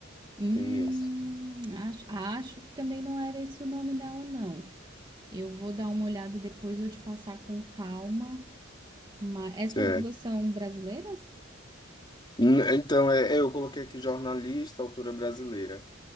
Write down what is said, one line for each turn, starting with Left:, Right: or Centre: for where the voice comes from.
Right: Hum,
Left: Tem esse.
Right: acho, acho que também não era esse o nome dela, não. Eu vou dar uma olhada depois, vou te passar com calma. Mas essas
Left: Certo.
Right: duas são brasileiras?
Left: Hum, Então, é, é, eu coloquei aqui jornalista, autora brasileira.